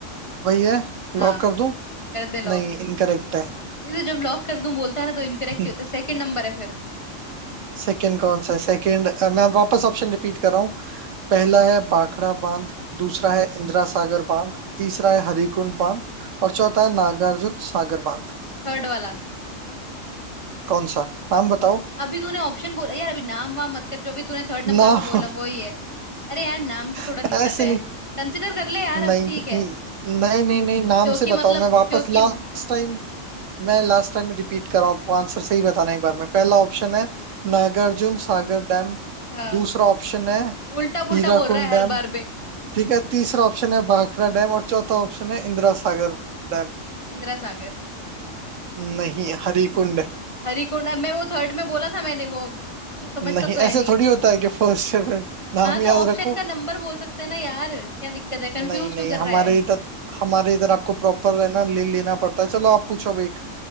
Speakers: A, on the right; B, on the left.
A: वही है
B: हाँ
A: लॉक कर दूं
B: हाँ कर दे लॉक
A: नहीं इनकरेक्ट है
B: ये तो जब लॉक कर दूं बोलता है ना तो इनकरेक्ट
A: <laughs>
B: ही होता है सेकंड नंबर है फिर
A: सेकंड कौन सा है सेकंड मैं वापस ऑप्शन रिपीट कर रहा हूँ पहला है भाखड़ा बांध दूसरा है इंदिरा सागर बांध तीसरा है हरिकुंड बांध और चौथा है नागार्जुन सागर बांध
B: थर्ड वाला
A: कौन सा नाम बताओ
B: अभी तूने ऑप्शन बोला यार अभी नाम वाम मत कर जो अभी तूने थर्ड नंबर
A: नाम
B: पे बोला वही है अरे यार नाम का
A: <laughs>
B: थोड़ा दिक्कत
A: ऐसे
B: है
A: नहीं
B: कंसिडर कर ले यार
A: नहीं
B: अब ठीक है
A: नहीं नहीं नहीं नाम
B: क्योंकि
A: से बताओ
B: मतलब
A: मैं वापस
B: क्योंकि
A: लास्ट टाइम मैं लास्ट टाइम रिपीट कर रहा हूँ आपको आंसर सही बताना है एक बार में पहला ऑप्शन है नागार्जुन सागर डैम
B: हाँ
A: दूसरा ऑप्शन है
B: उल्टा पुल्टा
A: हीराकुंड
B: बोल रहा है
A: डैम
B: हर बार बे
A: ठीक है तीसरा ऑप्शन है भाखड़ा डैम और चौथा ऑप्शन है इंदिरा सागर डैम
B: इंदिरा सागर
A: नहीं हरिकुंड है।
B: हरिकुंड अब मैं वो थर्ड में बोला था मैंने वो अब तू समझता
A: नहीं
B: तो है
A: ऐसे
B: नहीं
A: थोड़ी होता है कि फर्स्ट सेवन नाम
B: हाँ तो
A: याद
B: ऑप्शन
A: रखो
B: का नंबर बोल सकते हैं ना यार क्या दिक्कत है कंफ्यूज
A: नहीं नहीं
B: क्यों कर
A: हमारे
B: रहा है
A: इधर हमारे इधर आपको प्रॉपर है ना ले लेना पड़ता है चलो आप पूछो अब एक